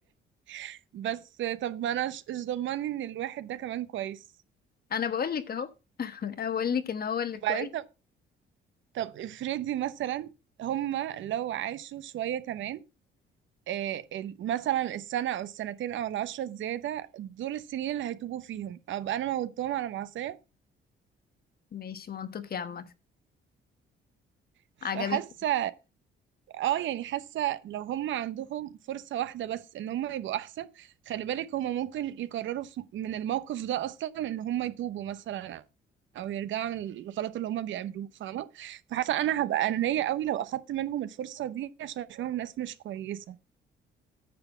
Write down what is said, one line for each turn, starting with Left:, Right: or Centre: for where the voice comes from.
Right: <laughs> بس طب ما انا ش- ايش ضمني ان الواحد ده كمان كويس
Left: انا بقولك اهو انا بقولك ان هو اللي
Right: وبعدين
Left: كويس
Right: طب طب افرضي مثلا هما لو عاشوا شوية كمان آه، ال- مثلا السنة أو السنتين أو العشرة الزيادة دول السنين اللي هيتوبوا فيهم أبقى أنا موتتهم على معصية
Left: ماشي منطقي عامة
Right: فحاسة
Left: عجبك
Right: اه يعني حاسه لو هم عندهم فرصه واحده بس ان هم يبقوا احسن خلي بالك هم ممكن يقرروا في- من الموقف ده اصلا ان هم يتوبوا مثلا او يرجعوا من الغلط اللي هم بيعملوه فاهمه فحاسه انا هبقى انانيه قوي لو اخدت منهم الفرصه دي عشان اشوفهم ناس مش كويسه